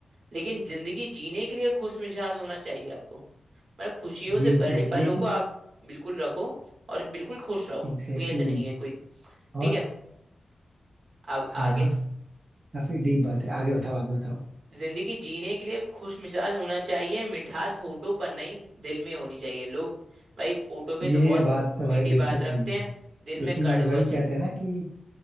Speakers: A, on the right (about 65°); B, on the right (about 40°).
A: लेकिन जिंदगी जीने के लिए खुश मिजाज होना चाहिए आपको मतलब खुशियों
B: ये
A: से बड़े
B: चीज
A: पलों
B: ये चीज
A: को आप बिल्कुल रखो और बिल्कुल खुश रहो
B: एग्जैक्टली
A: कोई ऐसे
B: exactly.
A: नहीं है कोई ठीक
B: और
A: है अब
B: हाँ
A: आगे
B: हाँ काफी डीप बात है आगे बताओ आगे बताओ
A: जिंदगी जीने के लिए खुश मिजाज होना चाहिए मिठास होठों पर नहीं दिल में होनी चाहिए लोग भाई होठों पे
B: ये
A: तो बहुत
B: बात तो भाई
A: मीठी
B: बिल्कुल
A: बात
B: सही
A: रखते
B: है
A: हैं दिल
B: क्योंकि
A: में कड़वा
B: वही
A: वचन
B: कहते हैं ना कि